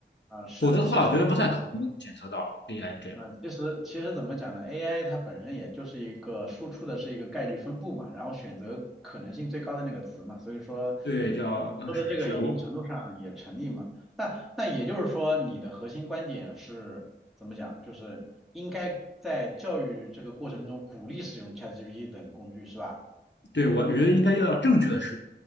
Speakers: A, in the centre; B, on the left.
A: 啊，是的，
B: 否则的话，
A: 其实。
B: 我觉得不太可能检测到 AI 这样。
A: 嗯，其实其实怎么讲呢？AI 它本身也就是一个输出的是一个概率分布嘛，然后选择可能性最高的那个词嘛，所以说，
B: 对，叫嗯，
A: 嗯，说的这个一定程度上也成立嘛。
B: 是是是的，我
A: 那那也就是说，你的核心观点是怎么讲？就是应该在教育这个过程中鼓励使用 ChatGPT 等工具是吧？
B: 对我觉得应该要要正确的是。